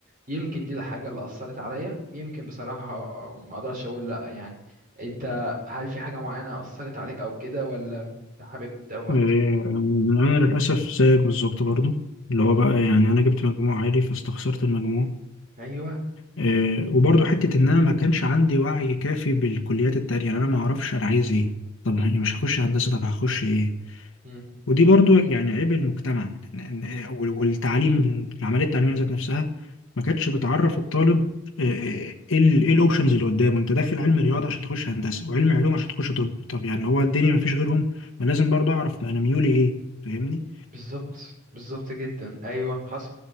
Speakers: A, on the right (about 45°); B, on the left (about 80°).
A: يمكن دي الحاجة اللي أثرت عليا يمكن بصراحة آه، ما أقدرش أقول لأ يعني أنت هل في حاجة معينة أثرت عليك أو كده ولا أنت حابب دوت
B: إيه، أنا للأسف زيك بالظبط برضو اللي هو
A: مم.
B: بقى يعني أنا جبت مجموع عالي فاستخسرت المجموع
A: أيوه
B: إيه، وبرضو حتة إن أنا ما كانش عندي وعي كافي بالكليات التانية يعني أنا ما أعرفش أنا عايز إيه طب يعني مش هخش هندسة طب هخش إيه
A: مم.
B: ودي برضو يعني عيب المجتمع إن- إن- والتعليم العمليه التعليميه ذات نفسها ما كانتش بتعرف الطالب آه، آه، ايه ال- إيه الاوبشنز اللي قدامه انت داخل علم رياضه عشان تخش هندسه وعلم علوم عشان تخش طب طب يعني هو الدنيا ما فيش غيرهم ما لازم برضو اعرف ما انا ميولي ايه فاهمني
A: بالظبط بالظبط جدا ايوه حصل